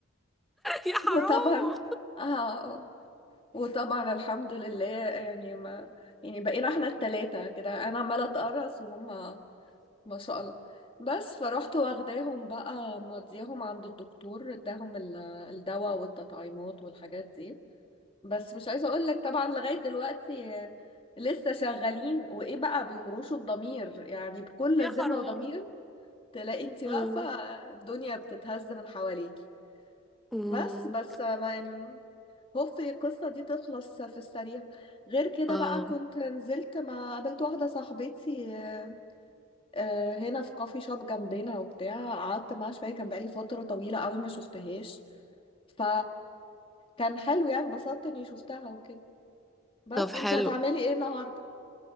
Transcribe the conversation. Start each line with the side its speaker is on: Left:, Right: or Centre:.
Centre: يا حرام
Left: وطبعا اه وطبعا الحمد لله يعني ما يعني بقينا احنا التلاتة كده انا عمالة اتقرص وهم ما شاء الله بس فروحت واخداهم بقى مودياهم عند الدكتور اداهم ال- الدواء والتطعيمات والحاجات دي بس مش عايزة اقول لك طبعا لغاية دلوقتي آه، لسه شغالين وايه بقى بيهروشوا بضمير يعني بكل
Centre: يا
Left: ذمة
Centre: حرام
Left: وضمير
Centre: <laughs>
Left: تلاقي انت واقفة
Centre: آه
Left: الدنيا بتتهز من حواليكي
Centre: آه.
Left: بس بس ما يعني هوب القصة دي تخلص في السريع غير كده
Centre: آه.
Left: بقى كنت نزلت ما قابلت واحدة صاحبتي آه، آه، هنا في كافي شوب جنبنا وبتاع قعدت معاها شوية كان بقالي فترة طويلة قوي ما شفتهاش ف كان حلو يعني انبسطت اني شفتها وكده بس
Centre: طب حلو
Left: انت هتعملي ايه النهاردة